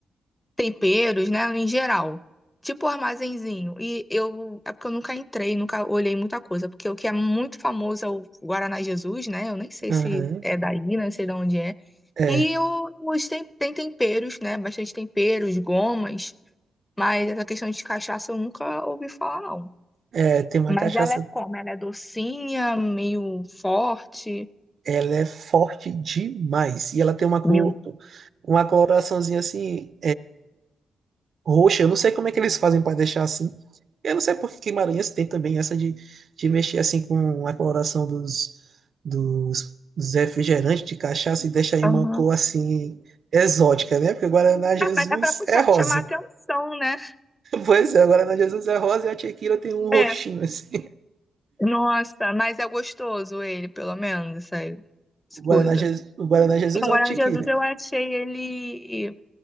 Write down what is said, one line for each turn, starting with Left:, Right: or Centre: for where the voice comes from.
Left: temperos, né? Em geral. Tipo armazenzinho. E eu. É porque eu nunca entrei, nunca olhei muita coisa. Porque o que é muito famoso é o Guaraná Jesus, né? Eu nem sei
Right: Aham.
Left: se é daí, não sei de onde é.
Right: É,
Left: E os tem, tem temperos, né? Bastante temperos, gomas. Mas essa questão de cachaça eu nunca ouvi falar, não.
Right: é, tem uma
Left: Mas
Right: cachaça.
Left: ela é como? Ela é docinha, meio forte?
Right: Ela é forte demais. E ela tem uma
Left: Meio.
Right: cor, uma coloraçãozinha assim. roxa. Eu não sei como é que eles fazem para deixar assim. Eu não sei porque Guimarães tem também essa de, de mexer assim com a coloração dos, dos, dos refrigerantes de cachaça e deixar em
Left: Aham.
Right: uma cor assim exótica, né? Porque o Guaraná Jesus
Left: Ah, mas é pra puxar,
Right: é rosa.
Left: chamar atenção,
Right: <laughs>
Left: né?
Right: Pois é, o Guaraná Jesus é rosa e a tequila tem um roxinho
Left: É.
Right: assim.
Left: Nossa, mas é gostoso ele, pelo menos, essa, essa
Right: O Guaraná,
Left: coisa.
Right: Je- o Guaraná Jesus
Left: O
Right: é
Left: Guaraná
Right: uma tequila.
Left: Jesus eu achei ele